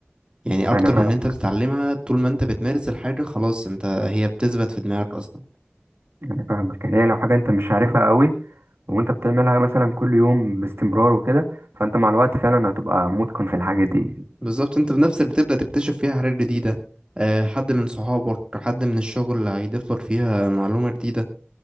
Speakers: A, on the right; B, on the right.
A: يعني اكتر
B: انا فاهم
A: من ان انت بتتعلمها طول ما انت بتمارس الحاجه خلاص انت هي بتثبت في دماغك اصلا
B: يعني فاهمك يعني هي لو حاجة انت مش عارفها قوي وانت بتعملها مثلا كل يوم باستمرار وكده فانت مع الوقت فعلا هتبقى متقن في الحاجة دي
A: بالظبط انت بنفسك بتبدأ تكتشف فيها حاجات جديدة آه، حد من صحابك حد من الشغل هيضيف لك فيها معلومة جديدة